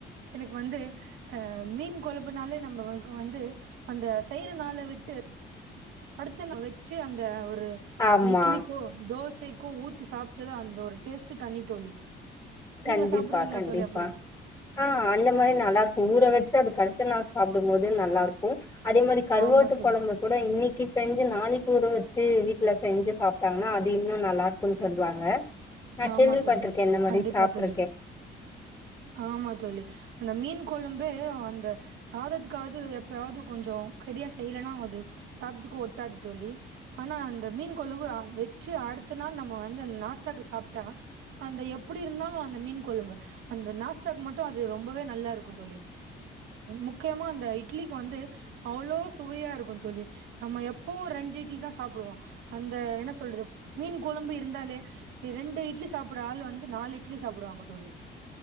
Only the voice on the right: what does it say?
எனக்கு வந்து ஆ மீன் கொழப்புனாலே நம்ம வளுக்கு வந்து அந்த செயிற நாள விட்டு அடுத்த நா வெச்சி அந்த ஒரு
இட்லிக்கோ தோசைக்கோ ஊத் தி சாப்ட்டத அந்த ஒரு டேஸ்ட்ட் தனி தோழி நீங்க
சாப்பிடுவீங்களா
தோழி அப்படி
ஆமா தோழி
ஆமா
தோலீன்
கண்டிப்பா
தோழி ஆமா தோழி அந்த மீன் கொழும்பே அந்த சாதத்துக்காவ்து எப்பயாவ்து கொஞ்சோ சரியா செய்யலன்னா அது சாதத்துக்கு ஒட்டாது தோழி ஆனா அந்த மீன் கொழம்பு வச்சு அடுத்த நாள் நம்ம வந்து அந்த நாஸ்டாக்கு சாப்ட்டா அந்த எப்டி இருந்தாலு அந்த மீன் கொழம்பு அந்த நாஸ்டாக்கு மட்டு அது ரொம்பவே நல்லா இருக்கு தோழி முக்யமா அந்த இட்லிக்கு வந்து அவ்ளோ சுவையா இருக்கு தோழி நம்ம எப்பவு ரெண்டு இட்லி தா சாப்டுவோ அந்த என்ன சொல்றது மீன் கொழம்பு இருந்தாலே ரெண்டு இட்லி சாப்புட்ற ஆளு வந்து நாலு இட்லி சாப்டுவாங்க தோழி